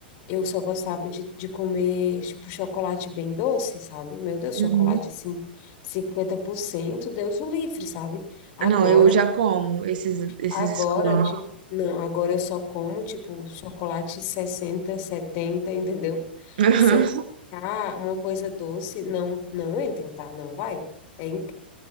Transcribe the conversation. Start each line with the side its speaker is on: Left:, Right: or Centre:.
Left: eu só gostava de, de comer, tipo, chocolate bem doce, sabe? Meu Deus,
Right: Uhum.
Left: chocolate, assim, 50% Deus o livre, sabe? Agora,
Right: Ah, Não, eu já como esses, esses
Left: agora,
Right: escuros.
Left: tipo, não, agora eu só como, tipo, chocolate 60 70 entendeu?
Right: <laughs>
Left: Se eu colocar uma coisa doce, não, não entra, tá? Não vai. É, inc-